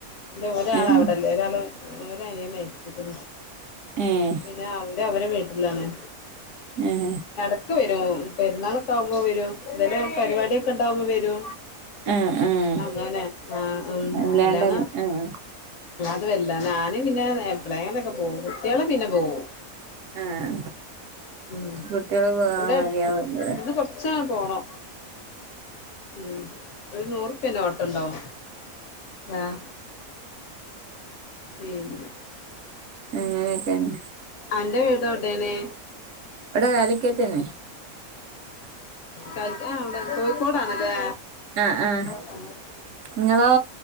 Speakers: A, on the left (about 65°); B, on the right (about 70°).
A: അല്ല ഒരാൾ
B: ഉം
A: അവിടല്ലേ ഒരാൾ ഒ അനിയ മരിച്ചിട്ട്
B: ഏഹ്
A: പിന്നെ അവര് അവരെ വീട്ടിലാണെ
B: ഏഹ്
A: ക്ക് വരും പെരുന്നാളൊക്കെ ആകുമ്പോ വരും ഇല പരിപാടിയൊക്കെ ഉണ്ടാവകുമ്പോ വരോ
B: ആഹ് ആഹ്
A: അങ്ങനെ ആ
B: അല്ലാണ്ട്
A: അല്ലങ്ങ
B: ആഹ്
A: അത വല്ല ഞാനും പിന്നെ എപളേങ്ങൊക്കെ പോകും കുട്ടികളെ പിന്നെ പോകും
B: ആഹ്
A: ഉം
B: കുട്ടികള് പോവാൻ
A: അട് ഇവിടെ
B: മതിയാവൂലല്ലേ
A: ഇന്ന് കൊറച്ച പോണൊ ഉം ഒരു നൂറ് പിന്നെ ഓട്ടണ്ടാവും ആഹ പിന്ന
B: അങ്ങനെയക്കാന്
A: അന്റെ വീട അവിടെയണേ
B: ഇട ആലക്കേറ്റന
A: ക ആ അവിടെ കോയിക്കോടാണല്ലേ
B: ആഹ് ആഹ്
A: സമയായി
B: നിങ്ങളോ